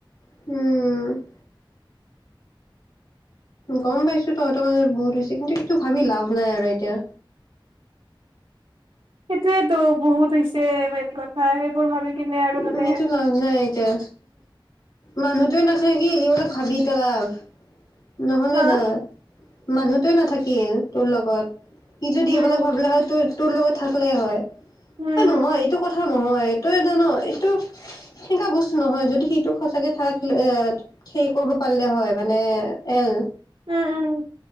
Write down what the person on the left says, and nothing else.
উম্। গম পাইছোঁ, তহঁতৰ মাজত বহুত হৈছে কিন্তু এইটো ভাবি লাভ নাই আৰু এতিয়া।
উম্, সেইটো লাজ নাই। এতিয়া, মানুহটোৱে নাখায়। কি এনে বিলাক ভাঙি পেলাল। নহ'লে
নাই, মানুহটোৱে নাথাকিল তোৰ লগত। সি যদি
এইবিলাক ভাবিলে হয়, ত তোৰ লগত থাকিলে হয়। এ
নহয়, এইটো কথা নহয়। তই জান এইটো সেনেকুৱা বস্তু নহয়, যদি সিটো সঁচাকে থাকে এ সেই কৰিব পাৰিলে হয়, মানে এল